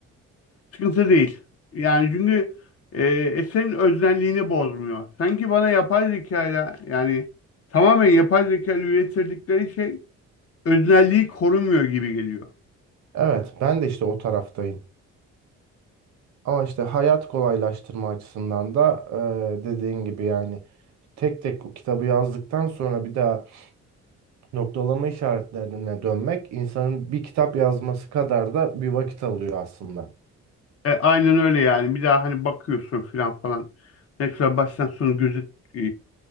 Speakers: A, on the left; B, on the right.
A: sıkıntı değil. Yani çünkü e, eserin öznelliğini bozmuyor. Sanki bana yapay zekayla yani tamamen yapay zeka ile ürettirdikleri şey öznelliği korumuyor gibi geliyor.
B: Evet, ben de işte o taraftayım. Ama işte hayat kolaylaştırma açısından da e, dediğin gibi yani tek tek o kitabı yazdıktan sonra bir daha Noktalama işaretlerine dönmek insanın bir kitap yazması kadar da bir vakit alıyor aslında.
A: E, aynen öyle yani. Bir daha hani bakıyorsun filan falan. Ne kadar baştan sona gözet e,